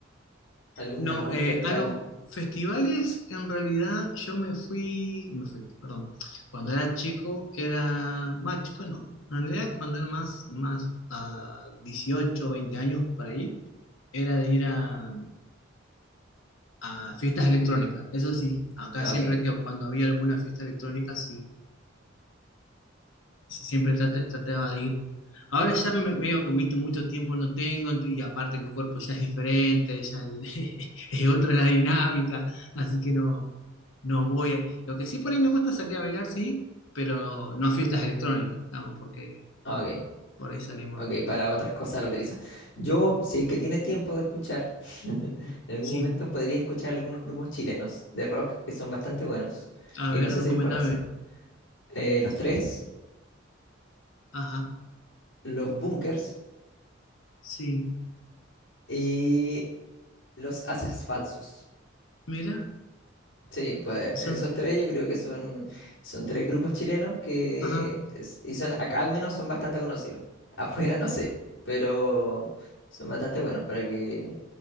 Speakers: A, on the left; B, on the left.
A: ¿Algún,
B: No,
A: algún
B: eh,
A: festival?
B: ah, no, festivales, en realidad yo me fui, me fui, perdón, cuando era chico era más chico, no, en realidad cuando era más, más a 18, 20 años por ahí, era de ir a, a fiestas electrónicas, eso sí, acá
A: No,
B: siempre
A: ok.
B: que cuando había alguna fiesta electrónica, sí, si, siempre trate- trataba de ir. Ahora ya me- medio que invito mucho tiempo no tengo y aparte el cuerpo ya es diferente, ya el- <laughs> es otra la dinámica, así que no, no voy. a- Lo que sí por ahí me gusta salir a bailar, sí, pero no a fiestas electrónicas, estamos, porque
A: Ok,
B: por ahí salimos.
A: ok, para otras cosas lo utiliza. Yo, si es que tienes tiempo de escuchar, <laughs> en algún
B: Sí,
A: momento podría escuchar algunos grupos chilenos de rock que son bastante buenos.
B: a
A: Y
B: ver,
A: no sé
B: recomendame.
A: si los conoces. Eh, los Tres,
B: Ajá,
A: los Bunkers
B: sí,
A: y los Haces Falsos.
B: mira,
A: Sí, pues
B: son,
A: esos tres yo creo que son, son tres grupos chilenos que
B: ajá,
A: es- y son, acá al menos son bastante conocidos. Afuera no sé, pero son bastante buenos para que,